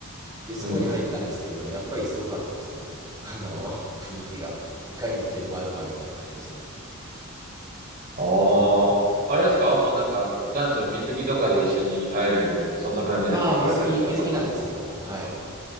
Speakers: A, on the right; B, on the right.
A: で、そこに入ったんですけれども、
B: うん。
A: やっぱりすごかったですね。あの、雰囲気が。いかにもテルマエロマエみたいな感じでしたね。
B: ああ、あれですかもうなんか男女水着とかで一緒に入れるみたいな、そんな感じじゃないですか海外だったら。
A: ああ、水着、水着なんですけども、はい。